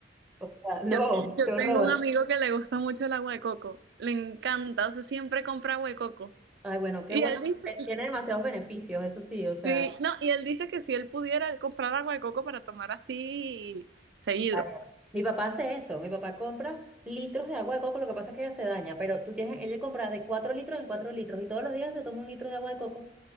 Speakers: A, in the centre; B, on the right.
A: o sea, no,
B: yo, yo
A: qué horror.
B: tengo un amigo que le gusta mucho el agua de coco. Le encanta, o sea, siempre compra agua de coco.
A: Ay, bueno, qué
B: Y
A: bueno.
B: él dice,
A: eh, Tiene demasiados beneficios, eso sí, o sea.
B: sí, no, y él dice que si él pudiera, él comprar agua de coco para tomar así seguido.
A: varios. Mi papá hace eso, mi papá compra litros de agua de coco, lo que pasa es que ella se daña, pero tú tienes, ella compra de 4 litros en 4 litros y todos los días se toma un litro de agua de coco.